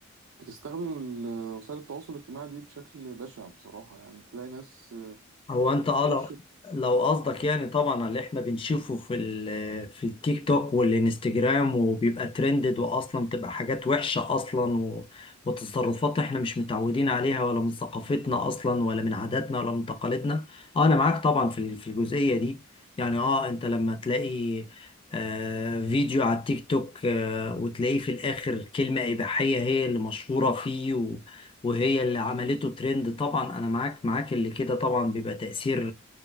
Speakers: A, on the right; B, on the left.
A: بتستخدم ال- وسائل التواصل الاجتماعي دي بشكل بشع بصراحة يعني تلاقي ناس
B: هو انت
A: بتخش
B: اه لو لو قصدك يعني طبعا على اللي احنا بنشوفه في ال- في التيك توك والانستجرام وبيبقى ترندد واصلا بتبقى حاجات وحشة اصلا و- وتصرفات احنا مش متعودين عليها ولا من ثقافتنا اصلا ولا من عاداتنا ولا من تقاليدنا اه انا معاك طبعا في ال- في الجزئية دي يعني اه انت لما تلاقي آه فيديو على التيك توك آه وتلاقيه في الاخر كلمة اباحية هي اللي مشهورة فيه وهي اللي عملته ترند طبعا انا معاك معاك اللي كده طبعا بيبقى تأثير